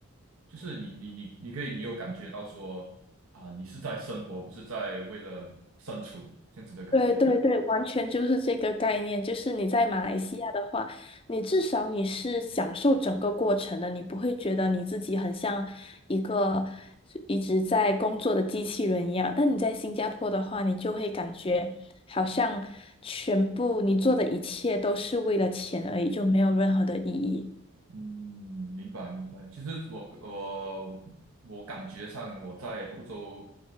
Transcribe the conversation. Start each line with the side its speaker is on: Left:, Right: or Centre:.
Right: 就是你你你你可以，你有感觉到说啊、你是在生活，不是在为了生存这样子的感觉嘛？
Left: 对对对，完全就是这个概念。就是你在马来西亚的话，你至少你是享受整个过程的，你不会觉得你自己很像一个一直在工作的机器人一样。但你在新加坡的话，你就会感觉好像全部你做的一切都是为了钱而已，就没有任何的意义。
Right: 嗯，明白明白。其实我我我感觉上我在欧洲